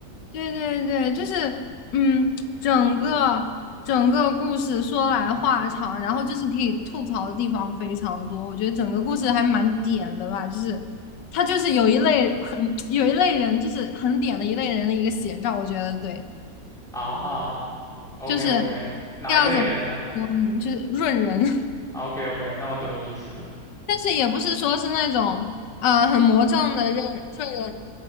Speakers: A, on the left; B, in the centre.
A: 对对，对，就是嗯，整个整个故事说来话长，然后就是可以吐槽的地方非常多。我觉得整个故事还蛮点的吧，就是他就是有一类很 <tsk> 有一类人，就是很点的一类人的一个写照。我觉得对，
B: 啊？OK
A: 就是
B: OK，哪一类人呢
A: 第二种，说呢？就是润人。<laughs>
B: ？OK OK，那我懂你意思了。
A: 但是也不是说是那种啊很魔怔的认顺人